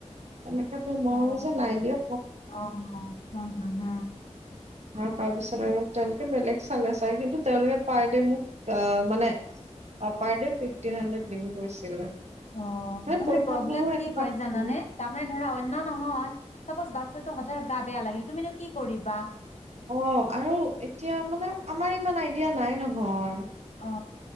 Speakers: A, on the right; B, on the left.
A: তেনেকেটো নোৱাৰো
B: অ',
A: যে নাই দিয়া
B: অ হোম হোম হোম
A: অ তাৰ পিছত আৰু তেওঁলোকে বেলেগ চালে চাই কিন্তু তেওঁলোকে পাৰ দে মোক মানে পাৰ দে ফিফটিন হান ডেড দিম কৈছিলে
B: অ তাৰমানে
A: মানে পইচাটোও
B: প্ৰব্লেম
A: এনেকুৱা
B: কি হয় জানানে তাৰমানে ধৰা অন্য নহয় চাপউজ বাচ্ছাটো হঠাতে গা বেয়া লাগিল তুমিনো কি কৰিবা
A: অ আৰু এতিয়া মানে আমাৰ ইমান আইডিয়া নাই নহয়
B: অ